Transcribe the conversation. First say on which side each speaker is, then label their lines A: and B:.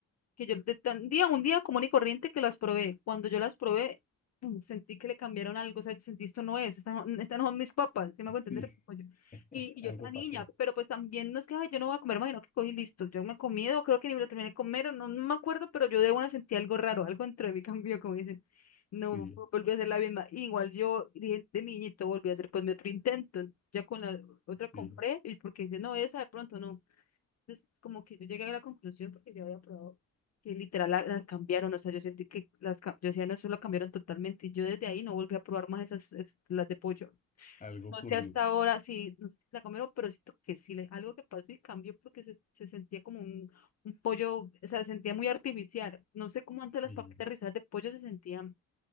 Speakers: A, on the left; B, on the left.
A: que yo de tan día, un día común y corriente que las probé. Cuando yo las probé, pum, sentí que le cambiaron algo, o sea, yo sentí esto no es, estas no, estas no son mis papas, ¿sí me hago entender?
B: Sí,
A: Pues yo- Y, y
B: algo
A: yo estaba niña,
B: pasó.
A: pero pues también no es que "Ay, yo no voy a comer más, sino que cogí y listo, yo me he comido, creo que ni me lo terminé de comer, o no, no me acuerdo, pero yo de una sentí algo raro, algo dentro de mí cambió, <laughs> como dicen. No
B: Sí,
A: vu- volví a hacer la misma. Igual yo dije de niñito, volví a hacer pues mi otro intento. Ya con la otra compré,
B: sí,
A: y porque dije, no, esa de pronto no. Entonces, como que yo llegué a la conclusión porque yo había probado que literal la- las cambiaron, o sea, yo sentí que las, cam yo decía, no, eso lo cambiaron totalmente y yo desde ahí no volví a probar más esas, es- las de pollo.
B: algo
A: No
B: ocurrió.
A: sé hasta ahora, sí, no sé si la comieron pero siento que sí, le, algo que pasó y cambió porque se, se sentía como un, un pollo, o sea, se sentía muy artificial. No sé cómo antes las
B: Sí,
A: papitas rizadas de pollo se sentían